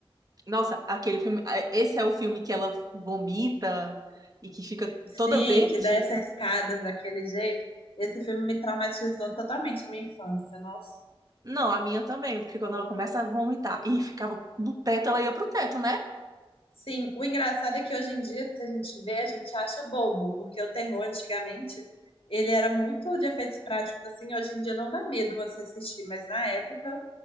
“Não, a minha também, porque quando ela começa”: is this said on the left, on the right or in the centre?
Right